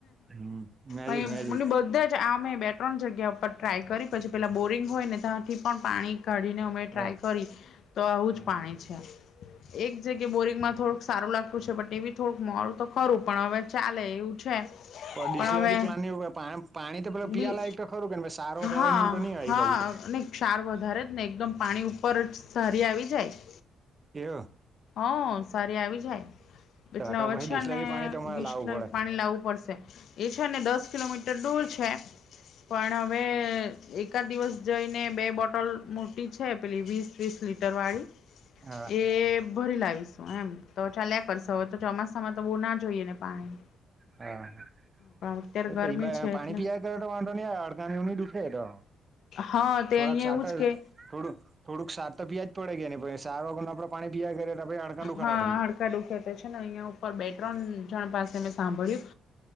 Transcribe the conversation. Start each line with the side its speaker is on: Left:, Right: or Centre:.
Right: હમ મેજિક
Left: અહી
Right: મેજિક
Left: મને બધા જ આમે. બે ત્રણ જગ્યા ઉપર ટ્રાય કરી પછી પેલા બોરિંગ હોય ને ત્યાં. થી પણ પાણી કાઢીને અમે ટ્રાય
Right: હા
Left: કરી તો આવું
Right: હા
Left: જ પાણી છે. એક જગ્યા બોરિંગમાં થોડુંક સારું લાગત. છે, બટ એવી થોડુંક મોરું તો ખરું પણ હવે ચાલે એવું છે.
Right: ડિસ્લરી
Left: પણ હવે
Right: પ્લાવું પાણી તો પેલા પીવાલાયક
Left: બી
Right: તો ખરું કે સારું વધારે
Left: હા
Right: <unintelligible> તો નહીય
Left: હા
Right: એ બાજુ
Left: ને ક્ષાર વધારે જ ને એકદમ પાણી ઉપર જ સારી આવી જાય.
Right: એ.
Left: હં સારી આવી જાય.
Right: તો
Left: એટલે હવે
Right: તો પછી
Left: છે,
Right: ડિસ્લરી
Left: ને
Right: પાણી તમારે
Left: બીસ
Right: લાવવું પડે
Left: પાણી લાવવું પડશે એ છે, ને દસ કિલોમીટર દૂર છે. છે, પણ હવે એકાદ દિવસ જઈને. બે બોટલ મોટી છે, પેલી વીસ વીસ લીટર વાળી
Right: હા
Left: એ ભરી લાવી. એમ તો ચાલલે કરશો હવે તો ચોમાસામાં તો બહુ ના જોઈએ ને પાણી.
Right: હા હા.
Left: પણ અત્યારે
Right: એ
Left: ગરમી
Right: પી
Left: છે
Right: પાણી
Left: એટલે
Right: પી કર તો વાંધો નહી આ અડતાની ન દુઠે તો
Left: હા તે
Right: થોડાક
Left: અહીંયા
Right: સાટ
Left: એવું જ કે
Right: થોડુંક થોડુંક <unintelligible> તો <unintelligible> જ પડે ગયા સાર વાગર આપડે પાણી. પીયા કરીએ તો પછી હાડકાં દુખાના
Left: હા
Right: થઈ
Left: હડકા દુખ્યા તો છે, ને અહિયાં ઉપર બે ત્રણ. <unintelligible> પાસે મેં સાંભળ્યું.